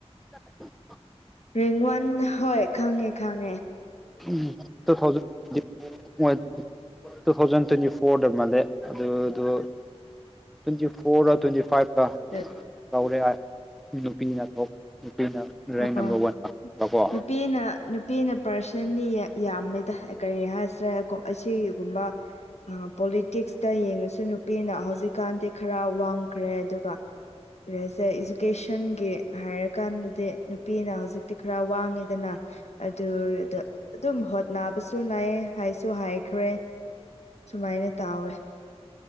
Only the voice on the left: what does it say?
ꯔ‌ꯦꯡ ꯋꯥꯟ ꯍꯣꯏ ꯈꯪꯉꯦ ꯈꯪꯉꯦ ꯫
ꯇꯦ
ꯑꯣ
ꯅꯨꯞ ꯄꯤꯅ ꯅꯨꯄꯤꯅ ꯄꯥꯔꯁꯟꯜꯂꯤ ꯌꯥꯝꯃꯤꯗ ꯀꯔꯤ ꯍꯥꯏꯁ꯭ꯔꯦꯔ ꯀꯣ ꯑꯁꯤꯒꯨꯝꯕ ꯍꯥ ꯄꯣꯂꯤꯇꯤꯛꯁꯇ ꯌꯦꯡꯉꯁꯨ ꯅꯨꯄꯤꯅ ꯍꯧꯖꯤꯛꯀꯥꯟꯗꯤ ꯈꯔ ꯋꯥꯡꯈ꯭ꯔꯦ ꯑꯗꯨꯒ ꯔꯦꯁꯦ ꯏꯖꯨꯀꯦꯁꯟꯒꯤ ꯍꯥꯏꯔꯀꯥꯟꯗꯗꯤ ꯅꯨꯄꯤꯅ ꯍꯧꯖꯤꯛꯇꯤ ꯈꯔ ꯋꯥꯡꯉꯤꯗꯅ ꯑꯗꯨꯗ ꯑꯗꯨꯝ ꯍꯣꯠ ꯅꯥꯕꯁꯨ ꯅꯥꯏꯌꯦ ꯍꯥꯏꯁꯨ ꯍꯥꯏꯈ꯭ꯔꯦ ꯁꯨꯃꯥꯏꯅ ꯇꯥꯎꯋꯦ